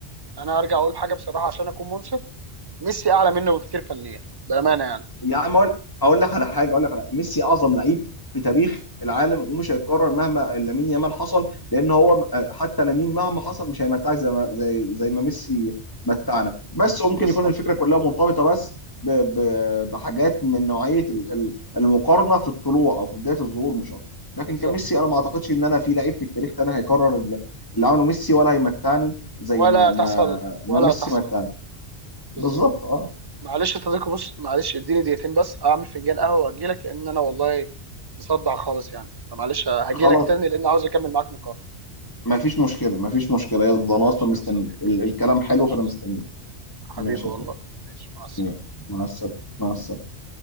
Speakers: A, on the right; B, on the left.
A: انا ارجع اقول حاجه بصراحه عشان اكون منصف ميسي اعلى منه بكتير فنيا بامانه يعني
B: يا عم اقول اقول لك على حاجه اقول لك على ميسي اعظم لعيب في تاريخ العالم ومش هيتكرر مهما لامين يامال حصل لان هو حتى لامين مهما حصل مش هيمتعك زي ما زي زي ما ميسي متعنا بس وممكن
A: بالظبط
B: يكون الفكره كلها مرتبطه بس ب- ب- بحاجات من نوعيه ال- ال- المقارنه في الطلوع او في بدايه الظهور مش اكتر لكن
A: بالظبط
B: كميسي انا ما اعتقدش ان انا في لعيب في التاريخ تاني هيكرر اللي اللي عمله ميسي ولا هيمتعني زي
A: ولا
B: ما ما
A: تحصل
B: ما
A: ولا
B: ميسي
A: تحصل
B: متعنا
A: بالظبط
B: بالظبط اه
A: معلش يا صديقي بص معلش اديني دقيقتين بس هعمل فنجان قهوه واجي لك لان انا والله مصدع خالص يعني فمعلش هجي
B: خلاص
A: لك تاني لان عاوز اكمل معاك نقاش
B: ما فيش مشكلة ما فيش مشكلة يلا
A: ماشي
B: أنا أصلا مستنيك
A: يا صديقي
B: ال- الكلام حلو
A: ماشي
B: فأنا
A: يا
B: مستنيك
A: صديقي حبيبي
B: ماشي
A: والله
B: يا صاحبي
A: ماشي مع السلامه
B: يلا، مع السلامة مع السلامة